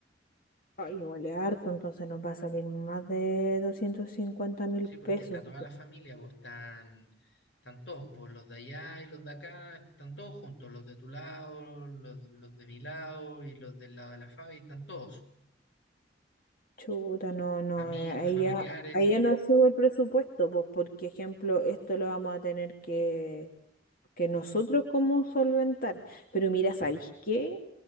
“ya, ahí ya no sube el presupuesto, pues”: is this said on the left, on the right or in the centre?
Left